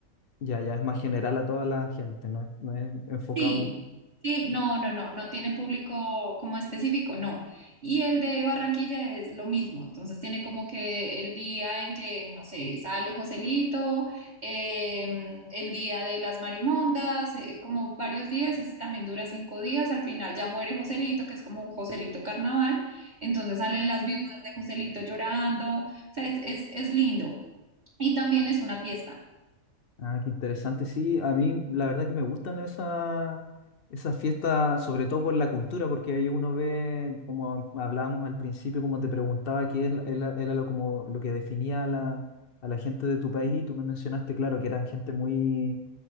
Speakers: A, on the left (about 55°); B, on the right (about 35°).
A: ya, ya, es más general a toda la gente, no es, no es enfocado.
B: Sí, sí, no, no, no, no tiene público como específico, no. Y el de Barranquilla es lo mismo, entonces tiene como que el día en que, no sé, sale Joselito, em, el día de las marimondas, eh, como varios días, es- también dura cinco días, al final ya muere Joselito, que es como un Joselito carnaval, entonces salen las viudas de Joselito llorando, o sea, es, es, es lindo. Y también es una fiesta.
A: Ah, qué interesante. Sí, a mí la verdad que me gustan esas esas fiestas, sobre todo por la cultura, porque ahí uno ve, como hablábamos al principio, como te preguntaba, qué es, la- era, era lo, como, lo que definía a la, a la gente de tu país. y Tú me mencionaste, claro, que eran gente muy,